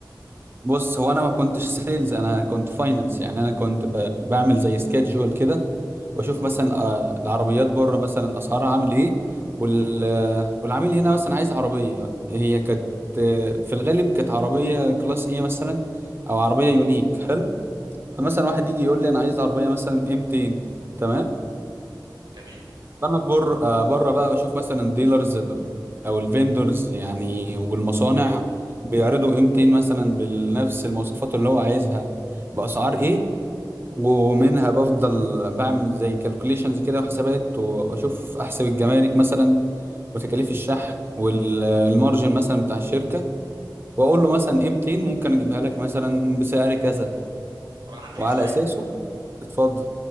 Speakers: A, on the right; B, on the right.
A: بص هو انا ما كنتش سيلز انا كنت فاينانس يعني انا كنت ب... بعمل زي سكيدجول كده واشوف
B: اه
A: مثلا آه، العربيات بره مثلا اسعارها عامل ايه وال... آه، والعميل هنا مثلا عايز عربيه هي كانت آه، في الغالب كانت عربيه كلاس ايه مثلا او عربيه يونيك حلو فمثلا واحد يجي يقول لي انا عايز عربيه مثلا ايه 200 تمام
B: جميل
A: انا بر آه، بره بقى بشوف مثلا ديلرز او الفيندرز يعني والمصانع بيعرضوا قيمتين مثلا بنفس المواصفات اللي هو عايزها باسعار ايه ومنها بفضل بعمل زي كالكوليشنز كده وحسابات واشوف احسب الجمارك مثلا وتكاليف الشحن والمارجن مثلا بتاع الشركه واقول له مثلا قيمتين ممكن اجيبها لك مثلا بسعر كذا
B: طب انا عندي
A: وعلى
B: لك سؤال
A: اساسه اتفضل